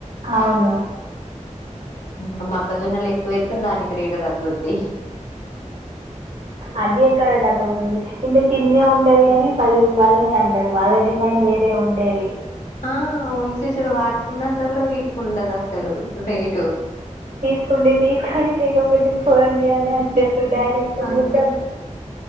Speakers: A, on the right; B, on the left.
A: అవును
B: కా మొక్కజొన్నలు ఎక్కువేతే దానికి రీడ తగ్గుద్ది
A: అది ఎక్కడ దగ్గతుంది ఇంత చిన్న ఉంటది కాని పది రూపాయలు అంటారు వాళ్ళ డిమాండ్ వేరే ఉండేది
B: ఆ అవును సస వాటికి ఉన్నంత కూడా వీటికి ఉండదు అసలు రేటు
A: తీసుకుంటే తీసుకొని లేకపోతే పోండి అని అడు డైరెక్ట్
B: అంతే
A: క